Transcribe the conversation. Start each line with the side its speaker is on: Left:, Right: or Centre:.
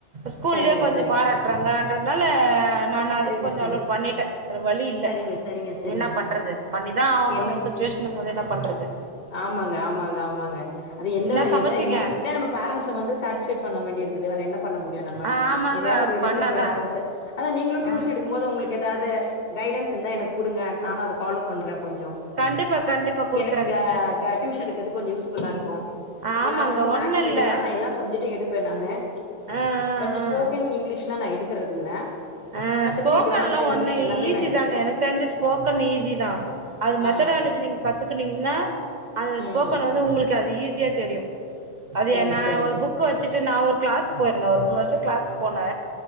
Right: ஸ்கூல்லயு
Left: சரிங்க
Right: கொஞ்சோ
Left: சரிங்க
Right: பாராட்டுறாங்கன்றதுனால நானு
Left: சரிங்க
Right: அதுக்கு கொஞ்சோ
Left: சரிங்க
Right: அலோடு பண்ணிட்டே வேற வழி இல்ல
Left: சரிங்க சரிங்க சரிங்க
Right: என்ன பண்றது பண்ணிதா ஆவனூனு
Left: என்ன
Right: சுச்சுவேஷன் இருக்குபோது என்ன பண்றது
Left: ஆமாங்க ஆமாங்க ஆமாங்க அது எந்த
Right: என்ன சமச்சீங்க
Left: எதா எந்த விதத்துலயாது நம்ம பேரன்ட்ஸ் ஸ வந்து சாட்டிஷ்ஃபைட் பண்ண வேண்டி இருக்குது வேற என்ன பண்ண முடியு நம்ம
Right: ஆமாங்க
Left: எதையா ஒரு விதத்துல
Right: பண்ணாதா
Left: பேரன்ட்ஸ அத நீங்களு டியூஷன்
Right: ஆ
Left: எடுக்கும்போது உங்களுக் எதாவது கைடன்ஸ் இருந்தா எனக்கு குடுங்க நானு அத ஃபாலோ பண்ற கொஞ்சோ
Right: கண்டிப்பா, கண்டிப்பா, குடுக்குறேங்க
Left: க க டியூஷன் எடுக்கறதுக்கு கொஞ்சோ யூஸ் ஃபுல்லா இருக்கு
Right: ஆமாங்க
Left: நா வந்து
Right: ஒண்ணு
Left: மேக்ஸ் மேஜர்னால
Right: இல்ல
Left: நா எல்லா சப்ஜெக்ட்டும் எடுப்பே நானு
Right: ஆ
Left: பட் நா
Right: ஆ
Left: ஸ்போக்கன் இங்கிலீஷ்லா நா எடுக்கறது இல்ல
Right: அ
Left: மத்தபடி
Right: ஸ்போக்கன்லா
Left: கிராமர்,
Right: ஒண்ணு
Left: இங்கிலீஷ் எல்லாமே
Right: ஈஸி
Left: நான் எடுப்பேன்.
Right: தாங்க எனக்கு தெரிஞ்சு ஸ்போக்கன் ஈஸிதா அது
Left: ஆ,
Right: மெத்தடாலஜி
Left: ஆ.
Right: நீங்க கத்துக்கினீங்கனா அந்த
Left: ம்.
Right: ஸ்போக்கன் வந்து உங்களுக்கு அது ஈஸியா தெரியு அது
Left: சரிங்க,
Right: எ நா
Left: சரிங்க.
Right: ஒரு புக் வச்சிட்டு நா ஒரு கிளாஸ்க்கு போயிருந்தே ஒரு மூணு வருஷோ கிளாஸ்க்கு போனே